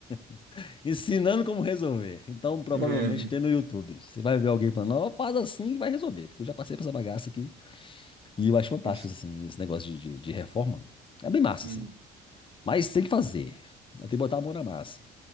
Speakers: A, on the left (about 30°); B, on the right (about 70°).
A: <laughs> ensinando como resolver. Então, provavelmente
B: É, né?
A: tem no YouTube. Você vai ver alguém falando, ó, faz assim e vai resolver. Porque eu já passei por essa bagaça aqui. E eu acho fantástico,
B: Nossa,
A: assim, esse negócio de, de, de reforma. É bem massa,
B: Hum.
A: assim. Mas tem que fazer. Tem que botar a mão na massa.